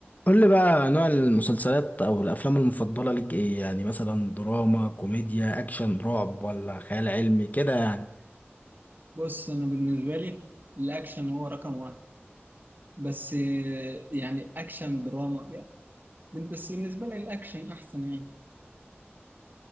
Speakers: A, on the left; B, on the right.
A: قول لي بقى نوع المسلسلات او الافلام المفضله لك ايه يعني مثلا دراما كوميديا اكشن رعب ولا خيال علمي كده يعني
B: بص انا بالنسبه لي الاكشن هو رقم واحد بس آه، يعني اكشن دراما يعني بس بالنسبه لي الاكشن احسن يعني